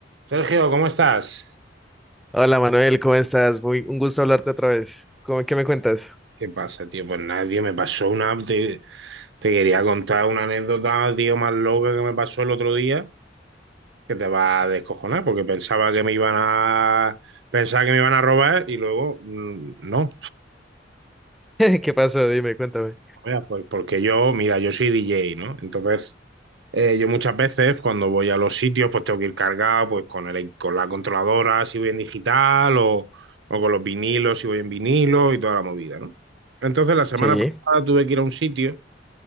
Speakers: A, on the right; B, in the centre.
A: Sergio, ¿cómo estás?
B: Hola Manuel, ¿cómo estás? Muy, un gusto hablarte otra vez. ¿Cómo, qué me cuentas?
A: ¿Qué pasa, tío? Pues nada, tío, me pasó una... Te, te quería contar una anécdota, tío, más loca que me pasó el otro día, que te va a descojonar, porque pensaba que me iban a... Pensaba que me iban a robar y luego, mm, no.
B: <laughs> ¿Qué pasó? Dime, cuéntame.
A: O pues porque yo, mira, yo soy DJ, ¿no? Entonces, Eh, yo muchas veces cuando voy a los sitios, pues tengo que ir cargado, pues con el, con la controladora si voy en digital o, o con los vinilos si voy en vinilo y toda la movida, ¿no? Entonces la semana
B: Sí.
A: pasada tuve que ir a un sitio